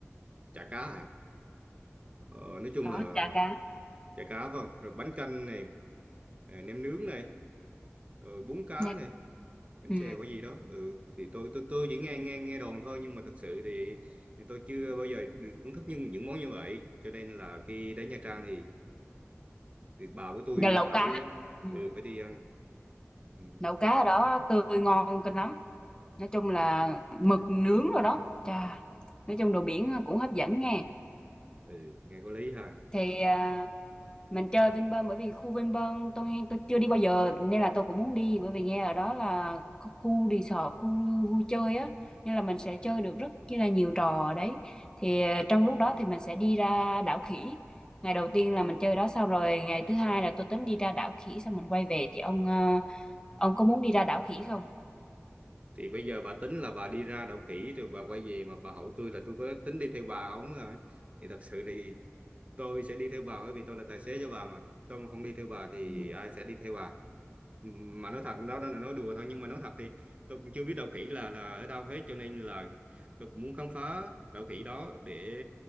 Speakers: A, on the right; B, on the left.
A: chả cá à ờ, nói chung
B: có
A: là
B: chả cá
A: chả cá phải không rồi bánh canh này à, nem nướng này rồi bún cá
B: nha
A: này bánh
B: ừ.
A: xèo cái gì đó ừ thì tôi tôi tôi chỉ nghe nghe nghe đồn thôi nhưng mà thật sự thì, thì tôi chưa bao giờ được thưởng thức những những món như vậy cho nên là khi đến Nha Trang thì thì bà của tôi
B: và lẩu
A: phải
B: cá ừ.
A: ừ, phải đi ăn ừ,
B: lẩu cá ở đó tươi ngon kinh lắm nói chung là mực nướng rồi đó chà nói chung đồ biển cũng hấp dẫn nghe
A: ừ nghe có lý ha
B: thì à, mình chơi Vinpearl bởi vì khu Vinpearl tôi tôi chưa đi bao giờ nên là tôi cũng muốn đi bởi vì nghe ở đó là có khu resort khu vui chơi á nên là mình sẽ chơi được rất chi là nhiều trò ở đấy thì ờ, trong lúc đó thì mình sẽ đi ra đảo khỉ ngày đầu tiên là mình chơi đó xong rồi ngày thứ hai là tôi tính đi ra đảo khỉ xong mình quay về thì ông ờ, ông có muốn đi ra đảo khỉ không
A: thì bây giờ bà tính là bà đi ra đậu kỹ rồi bà quay về mà bà hỏi tôi là tôi có tính đi theo bà không rồi thì thật sự thì tôi sẽ đi theo bà bởi vì tôi là tài xế cho bà mà tôi mà không đi theo bà thì
B: ừ.
A: ai sẽ đi theo bà mà nói thật đó đó là nói đùa thôi nhưng mà nói thật thì tôi cũng chưa biết đậu khỉ là là ở đâu hết cho nên là tôi cũng muốn khám phá đậu khỉ đó để